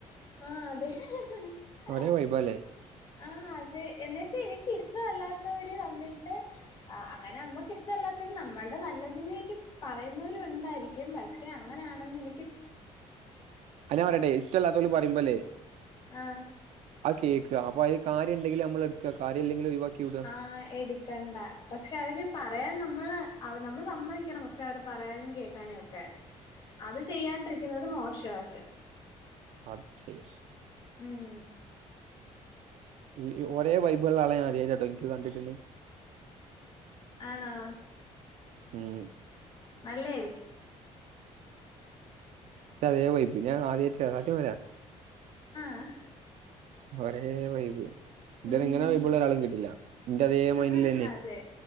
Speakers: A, on the left; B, on the right.
A: ആഹ് തെ ആഹ് ഹ്
B: ഒരേ
A: ഹ്
B: വൈബല്ലേ
A: ആഹ് അതെ എന്നേച്ച് എനിക്ക് ഇഷ്ടമല്ലാത്തവര് വന്നിട്ട് ആഹ് അങ്ങനെ അമ്മക്ക് ഇഷ്ടമല്ലാത്തരു നമ്മളുടെ നല്ലതിന് വേണ്ടി പറയുന്നവരുംണ്ടായിരിക്കും ക്യും പക്ഷെ അങ്ങനെയാണെന്ന് എനിക്ക്
B: അത് ഞാൻ പറട്ടെ ഇഷ്ടല്ലാത്തോര് പറയുമ്പോല്ലേ
A: ആഹ്
B: ആ കേക്ക അപ്പൊ അയിൽ കാര്യംണ്ടെങ്കില നമ്മൾ എടുക്ക കാര്യല്ലെങ്കില ഒഴിവാക്കി വിട
A: ആഹ് എട്ക്കണ്ട പക്ഷെ അവര് പറയാൻ നമ്മള് അവ് നമ്മള് സമ്മതിക്കണം പക്ഷെ അവരെ പറയാനും കേൾക്കാനു ഒക്കെ
B: <unintelligible>
A: അത് ചെയ്യാണ്ടിരിക്കുന്നത് മോശ ശേ
B: ആഹ് ശരി
A: ഉം
B: ഈ ഒരേ വൈബ്ള്ള ആളെ ഞാനാദ്യായിട്ടാട്ടോ ഇൻക്ക് കണ്ട്ട്ട്ണെ
A: ആണോ
B: ഉം
A: നല്ലായിരിക്കും
B: ഇന്റെ അതെ വൈബ് ഞാനാദ്യായിട്ടാ അടിപൊളിയാ
A: ആഹ്
B: ഒരേ വൈബ് ഇതുവരെ
A: ഉം
B: ഇങ്ങനെ വൈബ്ള്ള ഒരാളീം കിട്ടില്ല ഇന്റ അതേ
A: ആ
B: മൈൻഡിലെന്നെ
A: ആ അതെ